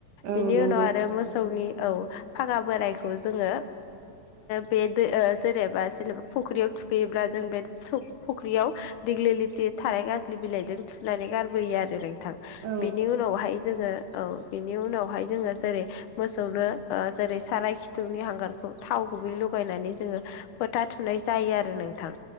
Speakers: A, on the right; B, on the left.
A: औ
B: बिनि
A: नंगौ
B: उनाव आरो मोसौनि औ फागा बोरायखौ जोङो बे जेनेबा जेनेबा फख्रियाव थुखैयोब्ला जों बे फुख्रियाव दिेग्लि लिथि थाराइ गाज्लि बिलाइजों थुखैनानै गारबोयो आरो नोंथां
A: औ
B: बिनि उनावहाय जोङो औ बिनि उनावहाय जोङो जेरै मोसौनो ओ जेरै साराय खिथुनि हांगारखौ थाव गुबै लगायनानै जोङो फोथा थुनाय जायो आरो नोंथां